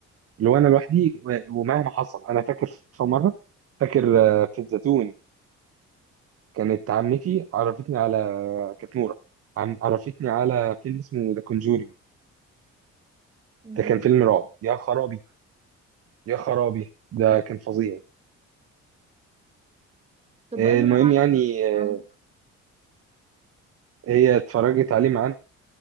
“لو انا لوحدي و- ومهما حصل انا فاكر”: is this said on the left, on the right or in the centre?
Right